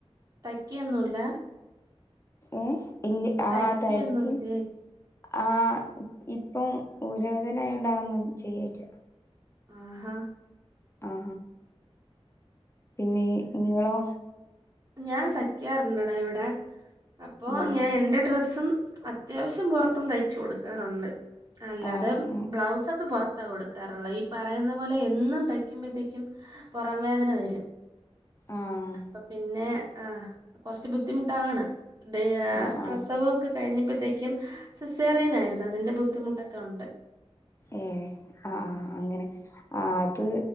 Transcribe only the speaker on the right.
തൈക്കിയൊന്നുംല്ല
തയ്ക്കൊന്നുല്ലേ
ആ ഹാ
ഞാൻ തയ്ക്കാറുണ്ടടാ ഇവിടെ അപ്പോ
ഞാൻ എന്റെ ഡ്രസ്സും അത്യാവശ്യം പുറത്തും തയ്ച്ചു കൊടുക്കാറുണ്ട് അല്ല
അത്
ബ്ലൗസ് ഒക്കെ പുറ താ കൊടുക്കാറുള്ള ഈ പറയുന്ന പോലെ എന്നും തയ്ക്കുമ്പോതേക്കും പുറം വേദന വരും
അപ്പം യ ആ കുറച്ച് ബുദ്ധിമുട്ടാണ് ദേ
പ്രസവൊക്കെ കഴിഞ്ഞപ്പോഴത്തേക്കും സിസേറിയനായിരുന്നു അതിന്റെ ബുദ്ധിമുട്ടൊക്കെ ഉണ്ട്